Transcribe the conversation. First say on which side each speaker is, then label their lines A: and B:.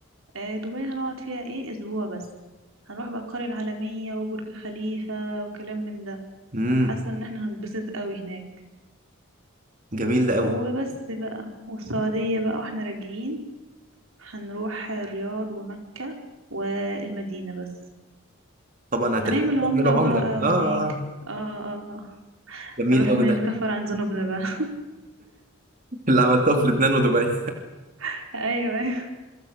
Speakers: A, on the right; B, on the right.
A: آه، دبي هنقعد فيها ايه اسبوع بس هنروح بقى القرية العالمية وبرج خليفة وكلام من ده
B: امم
A: حاسة ان احنا هنتبسط قوي هناك
B: جميل ده قوي
A: وبس بقى والسعودية بقى واحنا راجعين هنروح الرياض ومكة والمدينة بس
B: طبعا هتلحقوا
A: هنعمل عمرة
B: تعملوا عمرة
A: بقى
B: اه آه،
A: هناك اه اه آه.
B: جميل
A: هنروح
B: قوي
A: ن-
B: ده
A: نكفر عن ذنوبنا بقى
B: اللي عملتها في لبنان ودبي
A: <laughs> ايوه